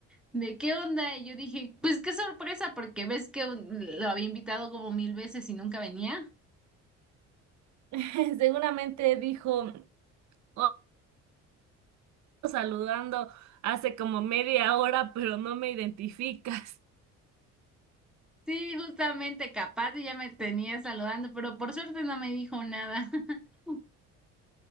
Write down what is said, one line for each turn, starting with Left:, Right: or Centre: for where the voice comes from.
Centre: ¿de qué onda? Y yo dije, pues qué sorpresa, porque ves que lo había invitado como mil veces y nunca venía.
Right: <laughs> Seguramente dijo, oh, saludando hace como media hora, pero no me identificas.
Centre: Sí, justamente capaz y ya me tenía saludando, pero por suerte no me dijo nada. <laughs>